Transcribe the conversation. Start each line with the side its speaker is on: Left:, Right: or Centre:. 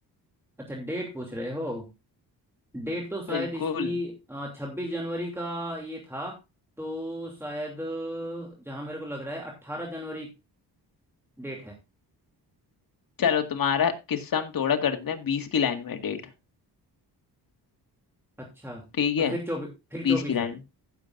Centre: अच्छा डेट पूछ रहे हो डेट तो शायद
Left: बिल्कुल
Centre: इसकी छब्बीस जनवरी का ये था तो शायद जहां मेरे को लग रहा है अट्ठारह जनवरी डेट है
Left: चलो तुम्हारा किस्सा हम थोड़ा कर देते हैं बीस की लाइन में है डेट
Centre: अच्छा
Left: ठीक
Centre: तो
Left: है
Centre: फिर चौबीस फिर
Left: बीस
Centre: चौबीस
Left: की लाइन
Centre: है